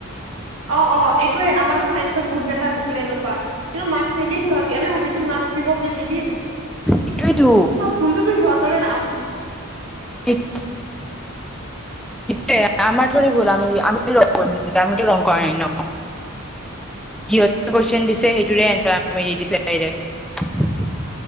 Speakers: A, on the right; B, in the centre.
A: অঁ অঁ এইটোয়ে আমাৰো চাইন্স বহুত কেইটা হৈছে ক এনেকোৱা কিন্তু মাক্স নিদিল সিহঁতে আমি ভাবিছো মাক্স দিব বুলি নিদিল
B: সেইটোৱেতো
A: চ ভুলতোতো কাৰ
B: এক সেটোৱে আমাৰ থৰি গোলামী আমি আমাৰ আমিতো ৰং কৰা নাই ন সিহতে কুৱেশন দিছে সেইটোৰে এনচাৰ দি দিছো ব